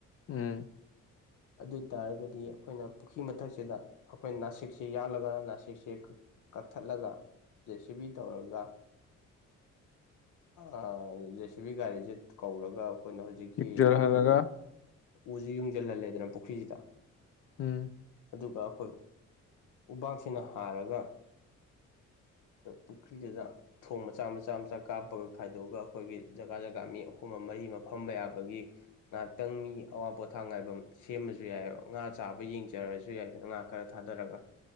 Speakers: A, on the left (about 50°); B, on the left (about 80°).
A: ꯎꯝ
B: <inaudible> ꯑꯗꯨ ꯇꯥꯔꯒꯗꯤ ꯑꯩꯈꯣꯏꯅ ꯄꯨꯈ꯭ꯔꯤ ꯃꯊꯛꯁꯤꯗ ꯑꯩꯈꯣꯏꯅ ꯅꯥꯁꯤꯛꯁꯦ ꯌꯥꯜꯂꯒ ꯅꯥꯁꯤꯛꯁꯦ ꯀꯛꯊꯠꯂꯒꯥ ꯖꯦꯁꯤꯕꯤ ꯇꯧꯔꯒ ꯑ ꯖꯦ ꯁꯤꯕꯤ ꯒꯥꯔꯤꯁꯦ ꯀꯧꯔꯒ ꯑꯩꯈꯣꯏꯅ ꯍꯧꯖꯤꯛꯀꯤ
A: ꯌꯨꯝꯖꯜꯍꯜꯂꯒ
B: ꯎꯁꯤ ꯌꯨꯡꯁꯤꯜꯍꯜꯂꯦꯗꯅ ꯄꯨꯈ꯭ꯔꯤꯁꯤꯗ
A: ꯎꯝ
B: ꯑꯗꯨꯒ ꯑꯩꯈꯣꯏ ꯎꯕꯥꯛꯁꯤꯅ ꯍꯥꯔꯒ ꯄꯨꯈ꯭ꯔꯤꯗꯨꯗ ꯎ ꯊꯣꯡ ꯃꯆꯥ ꯃꯆꯥ ꯃꯆꯥ ꯀꯥꯞꯄꯒ ꯈꯥꯏꯗꯣꯛꯑꯒ ꯑꯩꯈꯣꯏꯒꯤ ꯖꯒꯥ ꯖꯒꯥ ꯃꯤ ꯑꯍꯨꯝ ꯃꯔꯤꯃ ꯐꯝꯕ ꯌꯥꯕꯒꯤ ꯉꯥꯏꯍꯥꯛꯇꯪ ꯃꯤ ꯑꯋꯥ ꯄꯣꯊꯥ ꯉꯥꯏꯕꯝ ꯁꯦꯝꯃꯁꯨ ꯌꯥꯏꯑꯕ ꯉꯥ ꯆꯥꯕ ꯌꯦꯡꯖꯔꯁꯨ ꯌꯥꯏꯗꯅ ꯉꯥ ꯈꯔ ꯊꯥꯗꯔꯒ